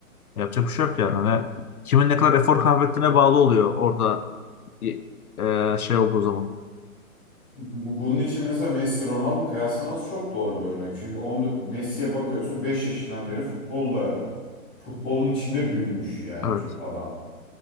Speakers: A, on the left; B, in the centre.
A: Yapacak bir şey yok yani. Hani kimin ne kadar efor kaybettiğine bağlı oluyor orada y- e, şey olduğu zaman.
B: Bunun için mesela Messi Ronaldo kıyaslaması çok doğru bir örnek. Çünkü on, Messi'ye bakıyorsun 5 yaşından beri futbolla futbolun içinde büyümüş yani
A: Evet.
B: çö- adam.